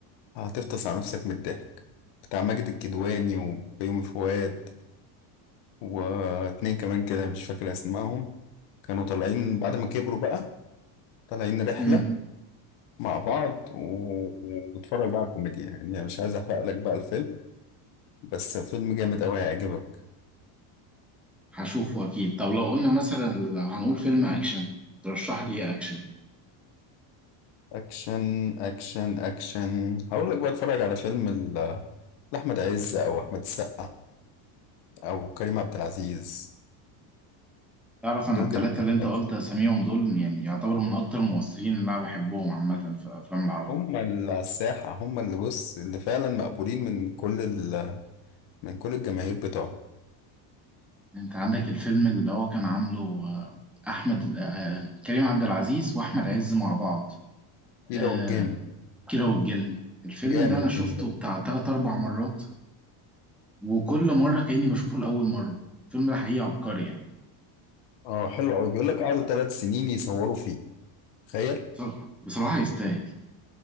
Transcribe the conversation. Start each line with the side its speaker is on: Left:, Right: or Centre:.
Left: هتفطس على نفسك من الضحك بتاع ماجد الكدواني وبيومي فؤاد واتنين كمان كده مش فاكر اسمائهم كانوا طالعين بعد ما كبروا بقى طالعين رحلة
Centre: امم
Left: مع بعض و- واتفرج بقى على الكوميديا يعني أنا مش عايز احرق لك بقى الفيلم بس فيلم جامد قوي هيعجبك
Centre: هشوفه اكيد طب لو قلنا مثلا هنقول فيلم اكشن ترشح لي ايه اكشن
Left: اكشن اكشن اكشن هقول لك بقى اتفرج على فيلم ال- لاحمد عز او احمد السقا او كريم عبد العزيز
Centre: تعرف
Left: دول
Centre: انا التلاته
Left: جامدين في
Centre: اللي انت
Left: الأكشن.
Centre: قلت اساميهم دول يعني يعتبروا من اكتر الممثلين اللي انا بحبهم عامه في افلام العرب
Left: هم اللي على الساحة هم اللي بص اللي فعلا مقبولين من كل ال... من كل الجماهير بتوعهم
Centre: انت عندك الفيلم اللي هو كان عامله آه، احمد آه، آه، كريم عبد العزيز واحمد عز مع بعض آه،
Left: كيرة والجن
Centre: كيرة والجن الفيلم
Left: جامد
Centre: ده انا
Left: الفيلم
Centre: شفته
Left: ده
Centre: بتاع تلات اربع مرات وكل مره كاني بشوفه لاول مره الفيلم ده حقيقي عبقري يعني
Left: اه حلو قوي بيقول لك قعدوا ثلاث سنين يصوروا فيه تخيل
Centre: بصراحه بصراحة يستاهل